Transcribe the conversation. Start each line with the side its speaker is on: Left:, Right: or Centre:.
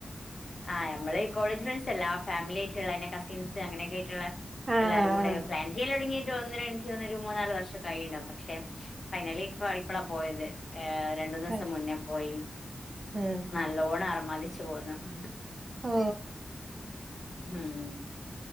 Left: ആ യമ്മള് കോളേജ് ഫ്രണ്ട്സ് അല്ല. ഫാമിലി ആയിട്ടുള്ള എന്റെ കസിൻസ് അങ്ങനെയൊക്കെ--ആയിട്ട് ട്ടുള്ള
Right: ആഹ്
Left: എല്ലാരും കൂടെ പ്ലാൻ ചെയ്യല് തുടങ്ങിയിട്ട് ഒന്ന് രണ്ട് എനിക്ക് തോന്നുന്നൊരു മൂന്നാല് വർഷോക്കെ ആയിണ്ടാവും. പക്ഷെ ഫൈനലി ഇപ്പ ഇപ്പളാ പോയത്. ഏ രണ്ടൂന്നേസം
Right: ആഹ്
Left: മുന്നേ പോയി.
Right: ആഹ്
Left: നല്ലോണ ആർമാതി ച്ചു പോന്നു. <inaudible>
Right: ഓ
Left: ഉം